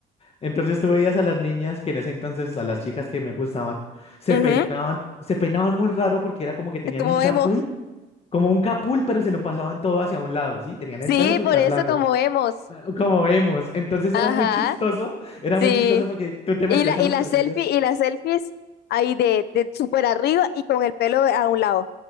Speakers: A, on the left; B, on the left.
A: Entonces tú veías a las niñas que en ese entonces, a las chicas que me gustaban, se
B: Ujú,
A: peinaban, se peinaban muy raro porque era como que tenían
B: Es como
A: un capul,
B: vemos.
A: como un capul, pero se lo pasaban todo hacia un lado, ¿sí? Tenían
B: Sí,
A: el pelo súper
B: por eso
A: largo.
B: como vemos.
A: Ah, Como vemos. Entonces
B: Ajá,
A: era muy chistoso, era
B: sí.
A: muy chistoso porque tú te metías
B: Y la,
A: a
B: y
A: los
B: la
A: perfiles
B: selfie, y las selfies ahí de, de súper arriba y con el pelo a un lado.